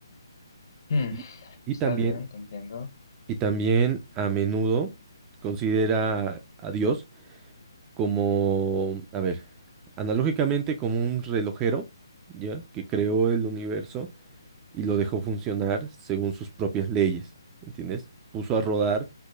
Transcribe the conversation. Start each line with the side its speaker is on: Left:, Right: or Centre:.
Left: Hmm,
Right: Y, y
Left: está
Right: también,
Left: bien, te entiendo.
Right: y también a menudo considera a Dios como, a ver, analógicamente como un relojero, ¿ya? Que creó el universo y lo dejó funcionar según sus propias leyes, ¿entiendes? Puso a rodar